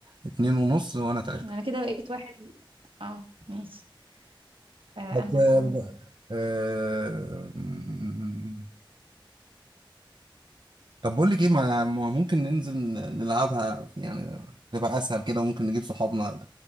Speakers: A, on the right; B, on the right.
A: اتنين ونص وانا تلاتة
B: أنا كده بقيت واحد آه ماشي آه
A: طب
B: أنا هخمن
A: آه... م- طب بقول لك ايه ما ما ممكن ننزل نلعبها يعني تبقى اسهل كده وممكن نجيب صحابنا